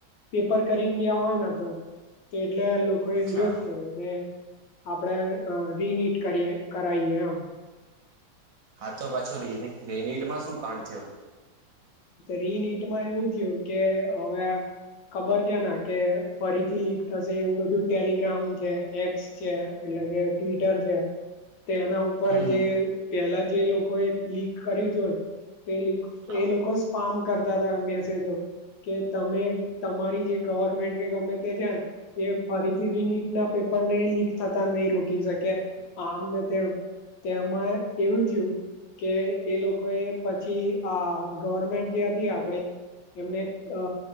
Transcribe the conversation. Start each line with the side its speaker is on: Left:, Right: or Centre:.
Left: પેપર કરી ગયા હોય ને તો એટલે એ
Right: અચ્છા
Left: વિરોધ કર્યો કે આપણેે રીનીટ કરી કરાવએ એમ
Right: હા તો પાછો ર રેનીટમાં શું કણ થયો
Left: રીનટમાં એવું થયું કે હવે ખબર છે ને કે ફરીથી લીક થશે એવું બધું ટેલિગ્રામ છે એ છે એટલે કે ટ્િટર છે તે એના ઉપર
Right: હમ
Left: જે
Right: હમ
Left: પેલા જે લોકોએ લીક કર્યું હતું
Right: હા
Left: એ લોકો સ્ પાામ કરતા હતા મેસેજો કે તમે તમારી જે ગવર્મેન્ટ કે ગમે તે છે એ ફરીથી રિનીટ ના પેપરને લીક થતા નહી રોકી શકે આમને તેમ તેમાં એવું થયું કે એ લોકો એ પછી આ ગ ટમેન્ટ જે આપડે એમને અ